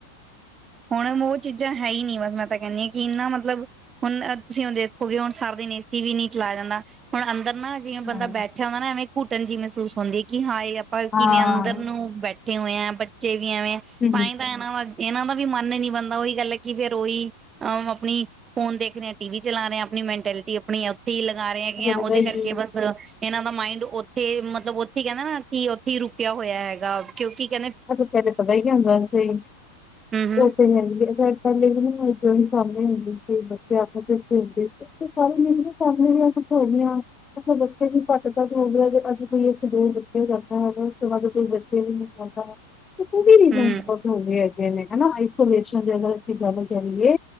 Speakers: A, on the right (about 25°); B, on the left (about 15°).
A: ਹੁਣ ਉਹ ਚੀਜ਼ਾਂ ਹੈ ਹੀ ਨੀ ਬਸ ਮੈਂ ਤਾਂ ਕਹਿੰਦੀ ਹਾਂ ਕਿ ਇੰਨਾ ਮਤਲਬ ਹੁਣ ਤੁਸੀਂ ਹ ਦੇਖੋਗੇ ਹੁਣ ਸਾਰਾ ਦਿਨ ਏਸੀ ਵੀ ਨਹੀਂ ਚਲਾ ਜਾਂਦਾ ਹੁਣ ਅੰਦਰ ਨਾ ਜਿਵੇਂ ਬੰਦਾ
B: ਹਾਂ
A: ਬੈਠਿਆ ਹੁੰਦਾ ਨਾ ਐਵੇਂ ਘੁਟਣ ਜੀ ਮਹਿ ਮਹਿਸੂਸ ਹੁੰਦੇ ਕਿ ਹਾਏ ਆਪਾਂ
B: ਹਾਂ
A: ਕਿਵੇਂ ਅੰਦਰ ਨੂੰ ਬੈਠ ਇਕੱਠੇ ਹੋਏ ਆ ਚੇ ਵੇ
B: ਹੂੰ
A: ਤਾਂ ਹੀ ਏਨਾ ਨੂੰ ਵਾ ਇਹਨਾਂ ਦਾ ਵੀ ਮਨ ਨੀ ਬਣਦਾ ਉਹੀ ਗੱਲ ਹੈ ਕਿ ਫੇਿਰ ਉਹੀ ਅਹ ਆਪਣੀ ਫੋਨ ਦੇਖ ਰਹੇਹਾ ਟੀ ਵੀ ਚਲਾ ਰਿਹੇ ਆਪਣੀ ਮੈਂਟੈਲਿਟੀ ਆਪਣੀ ਆ ਲਗਾ ਰਹੇ ਹੈਗੇ
B: ਪਤਾ
A: ਆ ਉਹਦੇ
B: ਹੀ
A: ਕਰਕੇ
B: ਕੀ
A: ਬਸ ਇਹਨਾਂ ਦਾ ਮਾਇੰਡ ਉੱਥੇ ਮਤਲਬ ਉੱਥੇ ਕਹਿੰਦੇ ਨਾ ਕਿ ਉੱਥੇ ਹੀ ਰੁਕਿਆ ਹੋਇਆ ਹੈਗਾ ਕਿਉਂਕਿ ਕ
B: ਅਜ ਕਲੇ ਪਤਾ ਹੀ ਆਉਂਦਾ ਸਹੀ
A: ਹਮ ਹਮ
B: ਉਹ ਤੇ ਹੈ ਵੀ ਨ ਮ ਸਾਹਮਣੇ ਹੁੰਦੀ ਸੀ ਬੱਚੇ ਆਪ ਸਾਰੇ ਨਦੇ ਸਾਹਮਣੇ ਵੀ ਅਦੇ ਹ ਬੱਚੇ ਵੀ ਘੱਟ ਤੱਕਦੇ ਆ ਤੇ ਅੱਜ ਕੋਈ ਇੱਕ ਦੋ ਬੱਚੇ ਜਾਂਦਾ ਹੈਗਾ ਉਸ ਤੋਂ ਬਾਅਦ ਕੋਈ ਬੱਚੇ ਵੀ ਨ ਹਾਂ ਵੀ ਰੀ
A: ਹੂੰ,
B: ਆਪਾਂਾਉਂਦੇ ਆ ਨੇ ਹਨਾ ਆਈਸੋਲੇਸ਼ਨ ਦੀ ਅਗਰ ਅਸੀਂ ਗੱਲ ਕਰੀਏ